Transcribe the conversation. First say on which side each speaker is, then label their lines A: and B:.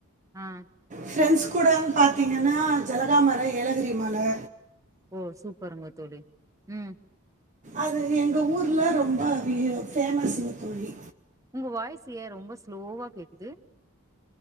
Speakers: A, on the right (about 15°); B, on the right (about 35°).
A: ஆஹ்
B: ஃப்ரெண்ட்ஸ் கூட பார்த்திங்கன்னா ஜலகாாமலை ஏலகிரி மலை
A: ஓ சூப்பருங்க தோழி உம்
B: அது எங்க ஊர்ல ரொம்ப பேமஸ்னு தோழி
A: உங்க வாய்ஸ்சு ஏன் ரொம்ப ஸ்லோவா கேக்குது